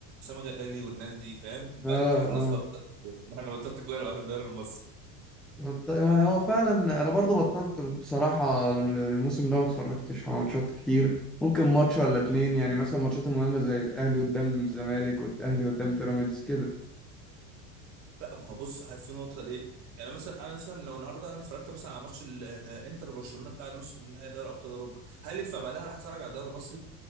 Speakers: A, on the right; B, in the centre.
A: غالي والناس دي فاهم من بعد
B: اه
A: كده خلاص
B: اه
A: بقى بطلت كوره <laughs> انا بطلت كوره بقى في الدوري المصري
B: بط- ما هو فعلا انا برضو بطلت بصراحة الموسم ده ما اتفرجتش على ماتشات كتير ممكن ماتش ولا اتنين يعني مثلا الماتشات المهمة زي الاهلي قدام الزمالك والاهلي قدام بيراميدز كده
A: لا ما هو بص ه- في نقطه ليه يعني مثلا انا مثلا لو النهارده انا اتفرجت مثلا على ماتش الانتر برشلونه بتاع النص النهائي دوري ابطال اوروبا هل ينفع بعدها هتفرج على دوري مصري